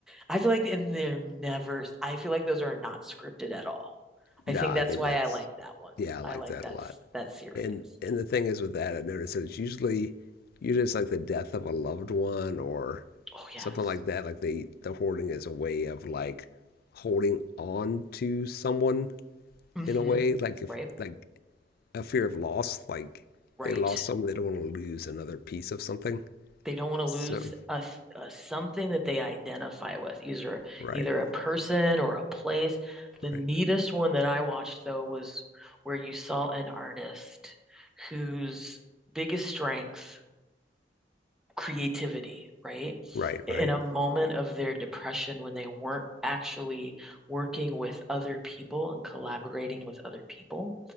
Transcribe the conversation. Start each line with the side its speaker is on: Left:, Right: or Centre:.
Centre: I feel like, and they're never, I feel like those are not scripted at all.
Left: No,
Centre: I think
Left: I
Centre: that's
Left: think
Centre: why
Left: that's
Centre: I like that one.
Left: yeah, I like
Centre: I like
Left: that
Centre: that
Left: a lot.
Centre: that series.
Left: And and the thing is with that, I've noticed that it's usually usually it's like the death of a loved one or
Centre: Oh, yes.
Left: something like that. Like the the hoarding is a way of like holding on to someone
Centre: Mm-hmm.
Left: in a way, like if
Centre: Right.
Left: like a fear of loss, like
Centre: Right.
Left: they lost someone, they don't want to lose another piece of something.
Centre: They don't want to
Left: So
Centre: lose a, a something that they identify with, either
Left: right,
Centre: either a person or a place. The neatest
Left: right,
Centre: one that I watched though was where you saw an artist whose biggest strength, creativity, right?
Left: right,
Centre: In
Left: right,
Centre: a moment of their depression when they weren't actually working with other people and collaborating with other people,